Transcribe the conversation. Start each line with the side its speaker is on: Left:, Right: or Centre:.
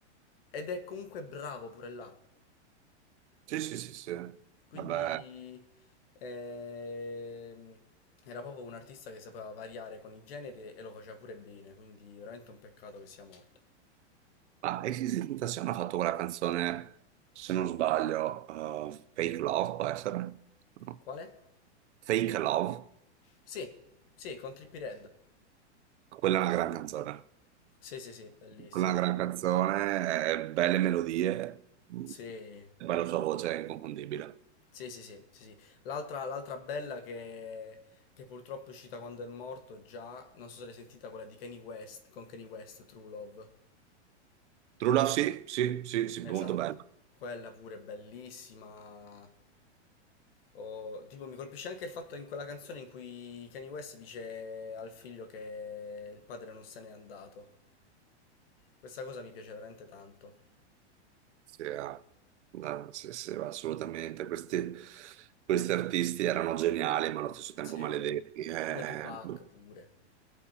Left: Ed è comunque bravo pure là.
Right: Sì, sì, sì, sì.
Left: Quindi,
Right: Vabbè,
Left: ehm, era proprio un artista che sapeva variare con i generi e lo faceva pure bene, quindi veramente un peccato che sia morto.
Right: ma Exit Tentazione ha fatto quella canzone, se non sbaglio, eh, Fake Love, può essere? No.
Left: Quale?
Right: Fake Love,
Left: Sì, sì, con Trippie Red.
Right: quella è una gran canzone.
Left: Sì, sì, sì, bellissima.
Right: Una gran canzone, eh, belle melodie, mm,
Left: Sì,
Right: e poi la sua voce è inconfondibile.
Left: sì, sì, sì, sì, sì. L'altra l'altra bella che, che purtroppo è uscita quando è morto già, non so se l'hai sentita, quella di Kanye West, con Kanye West, True Love.
Right: True Love, sì, sì, sì, sì,
Left: Esatto,
Right: molto bella.
Left: quella pure è bellissima. Oh, tipo, mi colpisce anche il fatto in quella canzone in cui Kanye West dice al figlio che il padre non se n'è andato. Questa cosa mi piace veramente tanto.
Right: Sì, ah, no, sì, sì, assolutamente. Questi, questi artisti erano geniali, ma allo stesso tempo
Left: Sì,
Right: maledetti. eh.
Left: come Tupac pure.